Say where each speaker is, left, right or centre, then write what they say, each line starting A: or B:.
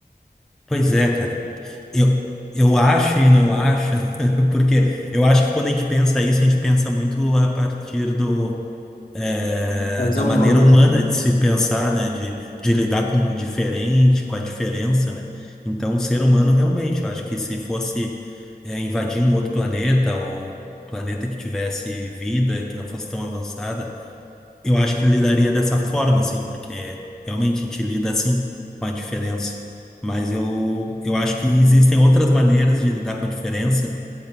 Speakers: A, in the centre; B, on the left (about 55°).
A: Pois é, cara. Eu, eu acho e não acho, <laughs> porque eu acho que quando a gente pensa isso, a gente pensa muito a partir do é,
B: Da visão
A: da maneira
B: humana,
A: humana
B: né?
A: de se pensar, né? De, de lidar com o diferente, com a diferença, né? Então, o ser humano realmente, eu acho que se fosse é, invadir um outro planeta ou um planeta que tivesse vida, que não fosse tão avançada, eu acho que lidaria dessa forma, assim, porque realmente a gente lida assim com a diferença. Mas eu, eu acho que existem outras maneiras de lidar com a diferença